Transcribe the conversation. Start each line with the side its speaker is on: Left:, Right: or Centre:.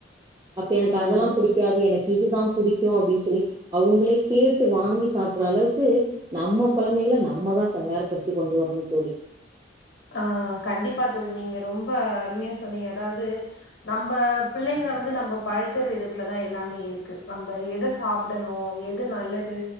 Right: அப்ப எனக்கு
Left: ம்
Right: அதெல்லா புடிக்காது எனக்கு இதுதா புடிக்கோ அப்படின்னு சொல்லி அவங்களே கேட்டு வாங்கி சாப்பிற அளவுக்கு நம்ம கொழந்தைகள நம்ம தா தயார்படுத்தி கொண்டு வரணு தோழி
Left: ஆ கண்டிப்பா தோழி நீங்க ரொம்ப அருமையா சொன்னீங்க அதாது நம்ப பிள்ளைங்கள வந்து நம்ம பழக்கற விதத்துலதா எல்லாமே இருக்கு நம்ப எத சாப் புடனு எது நல்லது